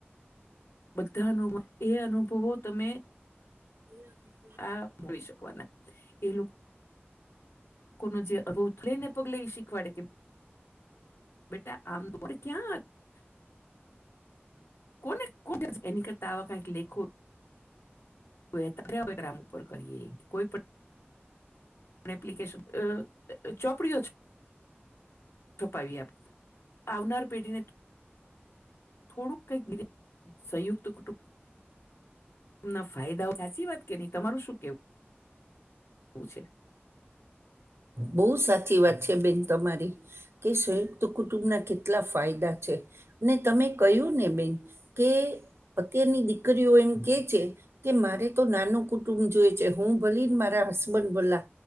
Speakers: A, on the left (about 80°); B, on the right (about 75°).
A: બધા <unintelligible> અનુભ એ અનુભવો તમે
B: હ
A: આ જોઈ શકવાના એ લોકો. કો <unintelligible> જે અવ ને પગલે શીખવાડે કે બેટાઆમ ન હોય આમ ક્યાં <inaudible> કોને કો એની કરતા આવા કઈક લેખો. ત્યારેવે ગ્રામ ઉપર કરીએ કોઈ પણ એપ્લિકેશન ચોપડીઓ છપાવી આપ આવનાર પેઢીને થોડુંક કઈી <unintelligible> સંયુક્ત કુટુંબ તેમના ફાયદા સાચી વાત કે નહી તમારું શું કેવુ પૂછે
B: બહુ સાચી વાત છે, બેન તમારી કે સંયુક્ત કુટુંબના કેટલા ફાયદા છે ને તમે કહ્યું ને બેન કે અત્યારની દીકરીઓ એમ કે છે. કે મારે તો નાનું કુટુંબ જોય છે હું ભલીને મારા હસબન્ડ ભલા